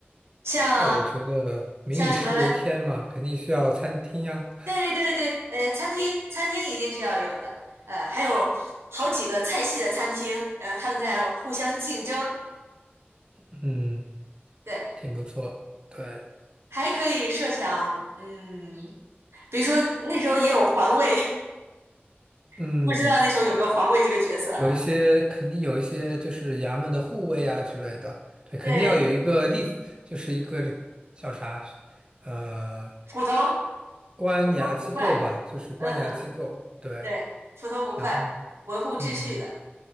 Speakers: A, on the right (about 85°); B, on the right (about 25°).
A: 像
B: 那我觉得民以食为天嘛，
A: 像什么，
B: 肯定需要餐厅呀。
A: 对对对对，呃，餐厅餐厅一定是要有的，呃，还有好几个菜系的餐厅，呃，他们在互相竞争，
B: 嗯，
A: 对，
B: 挺不错。对，
A: 还可以设想，嗯，比如说那时候也有环卫，<laughs>
B: 嗯，
A: 不知道那时候有没有环卫这个角色了，
B: 有一些肯定有一些就是衙门的护卫啊之类的。对，
A: 对，
B: 肯定要有一个立，就是一个叫啥，呃，
A: 土豆。
B: 官衙机构吧，
A: 普头捕快，
B: 就是官衙机构。
A: 嗯嗯，
B: 对，
A: 对，普头捕快，
B: 然后
A: 维护秩序的，
B: 嗯，